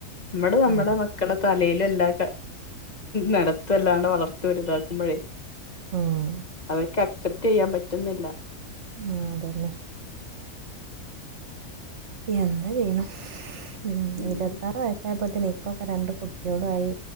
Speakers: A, on the left (about 30°); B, on the right (about 55°).
A: നമ്മട് നമ്മുടെ
B: ആഹ്
A: മക്ക മക്കള തലയിലലാണ്ട് നലത്തുംല്ലാണ്ട് വളർത്ത വലുതാക്കുപ്പോൾ
B: ആഹ്
A: അവർക്ക് അക്സെപ്റ്റ് ചെയ്യാൻ പറ്റുന്നില്ല
B: ആഹ അതന്നെ എന്താ ചെയ്യണ് മ് നിരന്തരം
A: ഉം
B: വഴക്കായപ്പോത്തന് ഇപ്പൊക്കെ രണ്ട് കുട്ടിള്ളും ആയി